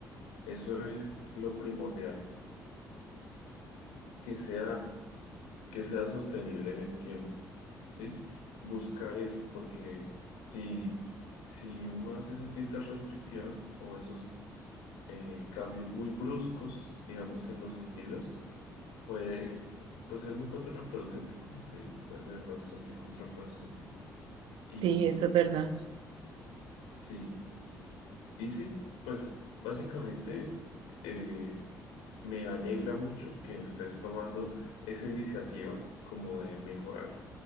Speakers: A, on the left; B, on the right.
A: Eso es lo primordial, que sea, que sea sostenible en el tiempo, ¿sí? Buscar eso, porque si, si uno hace esas dietas restrictivas o esos eh, cambios muy bruscos, digamos, en los estilos, puede, puede ser muy contraproducente, como te digo, puede ser bastante contraproducente. Y
B: Sí, eso es verdad.
A: sí, y sí, pues básicamente eh, me alegra mucho que estés tomando esa iniciativa como de mejorar